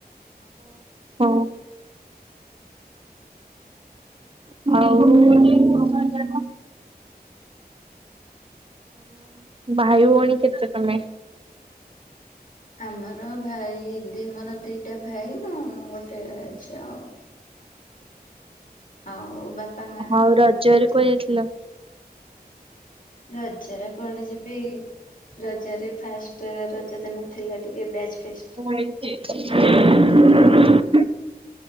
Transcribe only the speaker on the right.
ଓହୋ। ଆଉ ଭାଇ ଭଉଣି କେତେ ତମେ?
ଓହୋ
ଆଉ ରଜରେ
<unintelligible>
<inaudible>